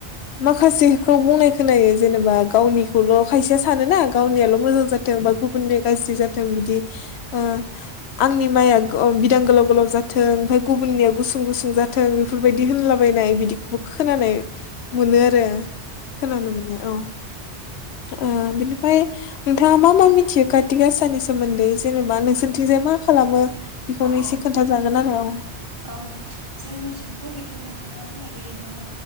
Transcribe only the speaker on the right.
औ
औ
औ औ
औ जोंनिथिंबो बिदिनो नोंथाङा बुंनाय बायदिनो